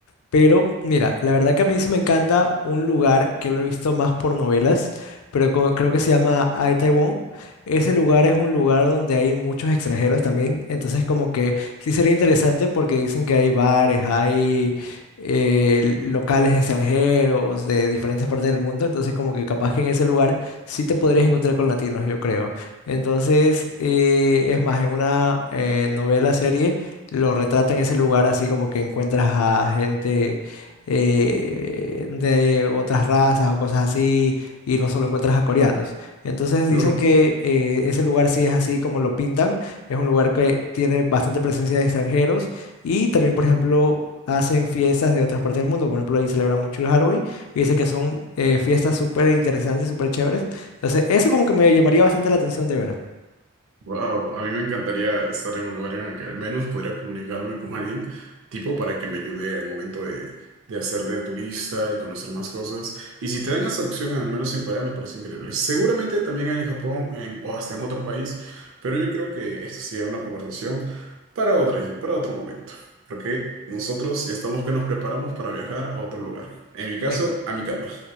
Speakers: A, on the left; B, on the right.
A: Pero mira, la verdad que a mí sí me encanta un lugar que lo he visto más por novelas, pero co- creo que se llama Ai Taiwán. Ese lugar es un lugar donde hay muchos extranjeros también, entonces como que sí sería interesante porque dicen que hay bares, hay eh, l- locales extranjeros de diferentes partes del mundo, entonces como que capaz que en ese lugar sí te podrías encontrar con latinos, yo creo. Entonces, eh, es más, en una eh, novela serie lo retrata en ese lugar así como que encuentras a gente eh, de otras razas o cosas así y no solo encuentras a coreanos. Entonces dicen
B: Claro.
A: que eh, ese lugar sí es así como lo pintan, es un lugar que tiene bastante presencia de extranjeros y también por ejemplo hacen fiestas de otras partes del mundo, por ejemplo ahí celebran mucho el Halloween y dice que son eh, fiestas súper interesantes, súper chéveres. Entonces eso como que me llamaría bastante la atención de ver.
B: Wow, a mí me encantaría estar en un lugar en el que al menos pudiera comunicarme con alguien, tipo para que me ayude al momento de, de hacer de turista y conocer más cosas. Y si te dan esa opción, al menos en Corea, me parece increíble. Seguramente también hay en Japón en- o hasta en otro país, pero yo creo que esto sería una conversación para otro, para otro momento, porque nosotros ya estamos que nos preparamos para viajar a otro lugar. En mi caso,
A: Eh,
B: a mi cama.